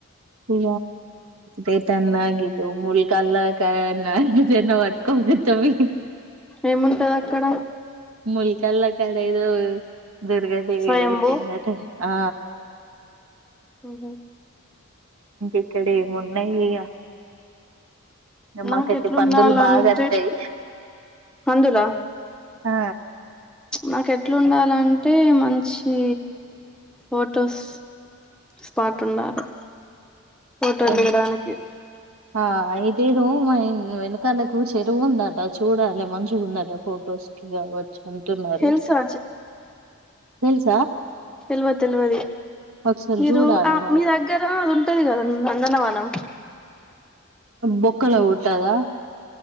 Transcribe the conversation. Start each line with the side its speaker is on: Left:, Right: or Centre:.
Right: ఇ గతన్నా గతే ముూల్ కాల కన్నాతే వాట్కో తవి
Centre: ఏముంటది అక్కడ
Right: ములికల్ల్లో అక్కడ ఏదో దుర్గాదేవి
Centre: స్వయంభూ
Right: వెలిసిందట ఆ
Centre: ఉహుమ్
Right: ఇక్కడ ఏమున్నాయి ఇగా మాకైతే
Centre: నాకు ఎట్లుండాలంటే
Right: పందులు బాగా వత్తాయి
Centre: అందులా
Right: ఆ
Centre: నాకు ఎట్లుండాలంటే మంచి ఫోటోస్ స్పాట్ ఉండాలా ఫోటోల్
Right: ఇన్
Centre: దిగడానికి.
Right: ఆ ఇదేద్ద మా వెనాకలకు చెరువు ఉందట చూడాలి మంచిగా ఉందట ఫొటోస్ కి కాబట్టి అంటంటున్నారు
Centre: తెలుసా
Right: తెలిసి
Centre: తెలివదు తెలివదు
Right: ఒకసారి
Centre: మీరు
Right: చూడాలి
Centre: ఆ
Right: మరి
Centre: మీ దగ్గర అది ఉంటది కదండి వందనవనం
Right: బొక్కలా ఉంటాదా